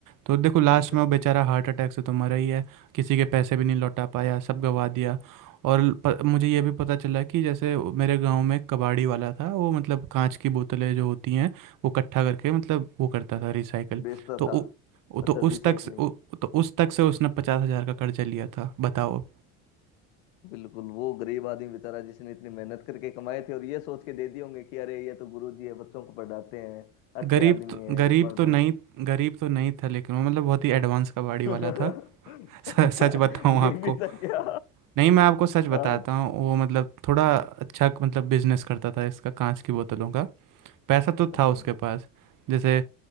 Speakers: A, on the right (about 55°); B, on the left (about 80°).
A: तो देखो लास्ट
B: टीचर
A: में वो बेचारा
B: का
A: हार्ट अटैक से तो मरा ही है किसी के पैसे भी नहीं लौटा पाया सब गवा दिया और प, मुझे ये भी पता चला कि जैसे मेरे गांव में एक कबाड़ी वाला था वो मतलब कांच की बोतलें जो होती हैं वो इकट्ठा करके मतलब वो करता था रिसाइकल
B: बेचता
A: तो उ,
B: था
A: उ-
B: अच्छा
A: तो उस
B: रिसाइकलिंग
A: तक से उ, तो उस तक से उसने पचास हज़ार का कर्जा लिया था बताओ
B: बिल्कुल वो गरीब आदमी बेचारा जिसने इतनी मेहनत करके कमाए थे और ये सोच के दे दिए होंगे कि अरे ये तो गुरु जी है बच्चों को पढ़ाते हैं अच्छे
A: गरीब
B: आदमी
A: तो
B: है
A: गरीब
B: एक बार
A: तो
B: जरूर
A: नहीं गरीब तो नहीं था लेकिन वो मतलब बहुत ही एडवांस कबाड़ी
B: <laughs>
A: वाला
B: अच्छा,
A: था <laughs> स- सच बताऊं
B: ये
A: आपको
B: भी था क्या
A: नहीं मैं आपको सच बताता
B: हाँ,
A: हूँ वो मतलब थोड़ा अच्छा मतलब बिजनेस करता था इसका कांच की बोतलों का पैसा तो
B: अच्छा।
A: था उसके पास जैसे